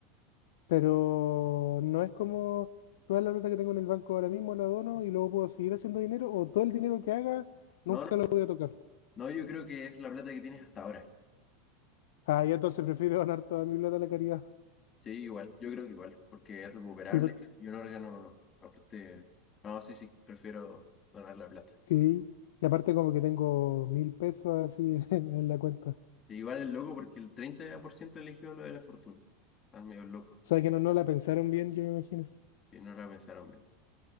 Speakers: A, on the left; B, on the left.
A: Pero no es como toda la plata que tengo en el banco ahora mismo la dono y luego puedo seguir haciendo dinero o todo el dinero que haga nunca
B: No, no,
A: lo
B: no.
A: voy a tocar.
B: No, yo creo que es la plata que tienes hasta ahora.
A: Ah, y entonces prefiero donar toda mi plata a la caridad.
B: Sí, igual. Yo creo que igual. Porque es recuperable
A: Sí, porque
B: y un órgano no. Aparte. No, sí, sí. Prefiero donar la plata.
A: Sí, y aparte como que tengo mil pesos así <laughs> en, en la cuenta. O
B: E igual es loco porque el 30% eligió lo de la fortuna. Están medio loco.
A: sea que no, no la pensaron bien, yo me imagino.
B: Que no la pensaron bien.